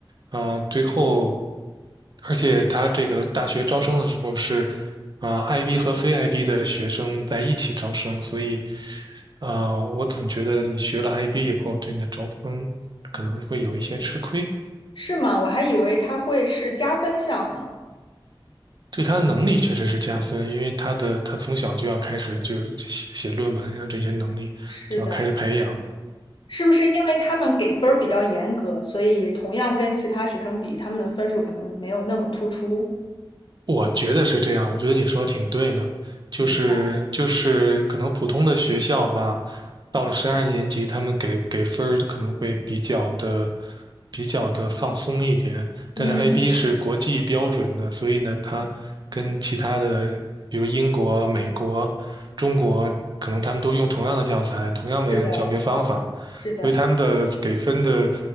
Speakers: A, on the right; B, on the left.
A: 呃最后，而且他这个大学招生的时候是啊呃 IB 和非 IB 的学生在一起招生，所以呃我总觉得你学了 IB 以后，对你的招生可能会有一些吃亏。
B: 是吗？我还以为它会是加分项呢。
A: 对他的能力确实是加分，因为他的他从小就要开始就是写写论文呀，这些能力就要开始培养，
B: 是的，是不是因为他们给分儿比较严格，所以同样跟其他学生比，他们的分数可能没有那么突出？
A: 我觉得是这样，我觉得你说的挺对的，就是就是可能普通的学校吧，
B: 明白。
A: 到了十二年级，他们给给分儿可能会比较的比较的放松一点，但是
B: 嗯，
A: IB 是国际标准的，所以呢，它跟其他的比如英国、美国、中国，可能他们都用同样的教材、同样的教学方法，
B: 是的，是的，
A: 所以他们的给分的